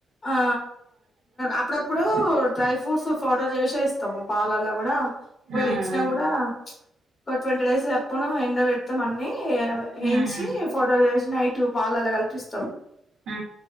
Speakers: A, on the left (about 30°); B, on the right (about 80°).
A: ఆ అప్పుడప్పుడు
B: కాబట్టి
A: డ్రై ఫ్రూట్స్ ఆర్డర్ చేసే ఇస్తాము, పాలల్లో కూడా వీళ్ళు
B: ఉమ్
A: ఇచ్చినా కూడా ఒక ట్వంటీ డేస్ ఎప్పపోనుం ఎండపెడ్తం అన్ని ఎ
B: ఉమ్
A: ఎంచి ఫోటోలు చేసినైట్ తు పాలలా కల్పిస్తాం
B: అ